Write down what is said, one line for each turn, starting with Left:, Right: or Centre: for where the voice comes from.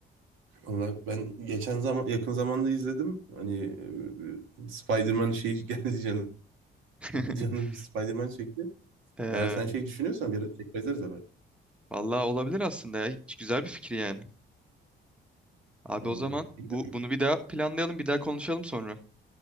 Right: Valla ben geçen zaman yakın zamanda izledim. Hani e, Spider-Man şeyi <laughs> geldi canım.
Centre: <laughs>
Right: Canım Spider-Man çekti.
Centre: Eee
Right: Eğer sen şey düşünüyorsan bir ara tekrar izleriz abi.
Centre: vallahi olabilir aslında ya. Hiç güzel bir fikir yani. Abi
Right: Vallahi
Centre: o zaman
Right: bilmiyorum.
Centre: bu bunu bir daha planlayalım, bir daha konuşalım sonra.